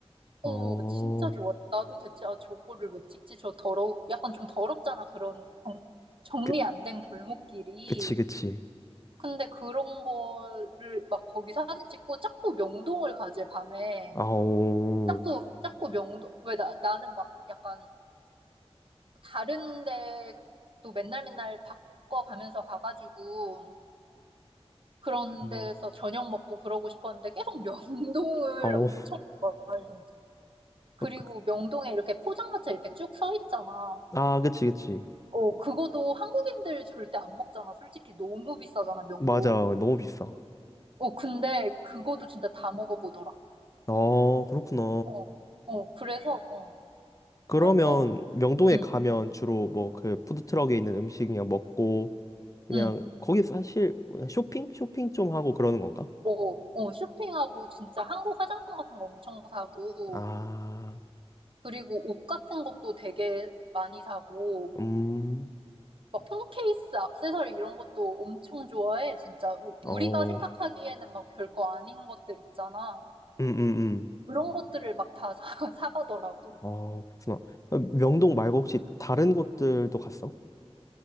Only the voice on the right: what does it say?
어,
진짜 좋아. 나도 대체 아, 저거를 왜 찍지? 저 더러워. 약간 좀 더럽잖아. 그런 정- 정리
안 된 골목길이.
근데 그런 거를 막 거기 사진 찍고 자꾸 명동을 가지, 밤에.
자꾸, 자꾸 명동. 왜 나, 나는 막 약간 다른 데또 맨날 맨날 바꿔가면서 가가지고 그런
데서 저녁 먹고 그러고 싶었는데 계속 명동을 <laughs>
엄청 걸어, 진짜. 그리고
명동에 이렇게 포장마차 이렇게 쭉 서 있잖아.
어, 그거도 한국인들 절대 안 먹잖아. 솔직히 너무 비싸잖아, 명동.
어, 근데 그거도 진짜 다 먹어보더라.
어, 어, 그래서, 어,
어, 어,
응,
응.
어, 어, 쇼핑하고 진짜 한국 화장품 같은 거 엄청 사고,
그리고 옷 같은 것도 되게 많이 사고,
막 폰 케이스, 액세서리 이런 것도 엄청 좋아해. 진짜 우-
우리가 생각하기에는
막 별거 아닌 것들 있잖아.
그런 것들을 막 다 사, <laughs> 사가더라고.